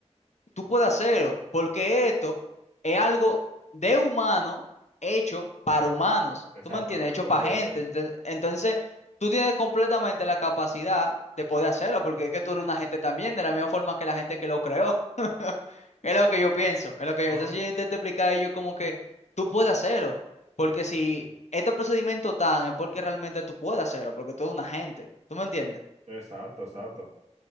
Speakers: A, on the left (about 70°); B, on the right (about 70°).
A: tú puedes hacerlo, porque esto es algo de humano hecho para humanos,
B: exactamente.
A: ¿tú me entiendes? Hecho para
B: Sí,
A: gente.
B: sí.
A: Entonces, entonces, tú tienes completamente la capacidad de poder hacerlo, porque es que tú eres una gente también, de la misma forma que la gente que lo creó. <laughs> Es lo que yo pienso, es lo que
B: No,
A: yo...
B: no,
A: Entonces
B: no.
A: yo intento explicar a ellos como que tú puedes hacerlo, porque si este procedimiento tan es porque realmente tú puedes hacerlo, porque tú eres una gente, ¿tú me entiendes?
B: Exacto, exacto.